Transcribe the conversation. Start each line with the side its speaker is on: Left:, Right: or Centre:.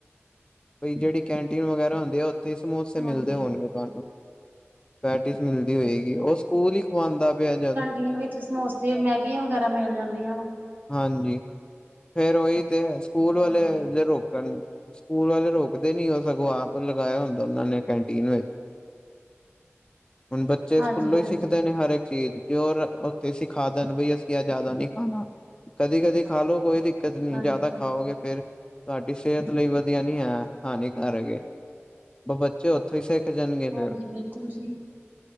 Left: ਪਈ ਜਿਹੜੀ ਕੈਂਟੀਨ ਵਗੈਰਾ ਹੁੰਦੀ ਆ ਉੱਥੇ ਸਮੋਸੇ
Right: ਹਾਂਜੀ।
Left: ਮਿਲਦੇ ਹੋਣਗੇ ਤੁਹਾਨੂੰ ਪੈਟੀਜ ਮਿਲਦੀ ਹੋਏਗੀ ਉਹ ਸਕੂਲ ਹੀ ਖਵਾਉਂਦਾ ਪਿਆ ਜਦ
Right: ਚੀਨ ਵਿੱਚ ਸਮੋਸੇ, ਮੈਗੀਆਂ ਵਗੈਰਾ ਮਿਲ ਜਾਂਦੀਆਂ ਵਾ
Left: ਹਾਂਜੀ, ਫੇਰ ਓਹੀ ਤੇ ਆ, ਸਕੂਲ ਵਾਲੇ
Right: ਹਾਂਜੀ।
Left: ਜ਼ੇ ਰੋਕਣ ਸਕੂਲ ਵਾਲੇ ਰੋਕਦੇ ਨੀ ਓ ਸਗੋਂ ਆਪ ਲਗਾਇਆ ਹੁੰਦਾ ਓਨਾਂ ਨੇ ਕੈਂਟੀਨ ਵਿੱਚ ਹੁਣ ਬੱਚੇ
Right: ਹਾਂਜੀ-ਹਾਂਜੀ।
Left: ਸਕੂਲੋਂ ਹੀ ਸਿੱਖਦੇ ਨੇ ਹਰ ਇੱਕ ਚੀਜ਼ ਜੋ ਉਥੇ ਸਿੱ ਖਾ ਦੇਣ ਬਈ ਅਸੀਂ ਐ ਜ਼ਿਆਦਾ ਨਈ ਖਾਣਾ, ਕਦੀ- ਕਦੀ ਖਾ ਲੋ ਕੋਈ ਕਤਨੀ
Right: ਹਾਂਜੀ,
Left: ਜਿਆਦਾ
Right: ਹਾਂਜੀ
Left: ਖਾਓਗੇ ਫੇਰ ਤੁਹਾਡੀ ਸਿਹਤ ਲਈ ਵਦੀਆਂ ਨਈ ਐ, ਹਾਨੀਕਾਰਕ ਐ, ਓਹ ਬ ਚੇ ਉਥੋਂ ਈ ਸਿੱਖ ਜਾਣਗੇ
Right: ਹਾਂਜੀ
Left: ਫੇਰ,
Right: ਬਿਲਕੁਲ ਜੀ।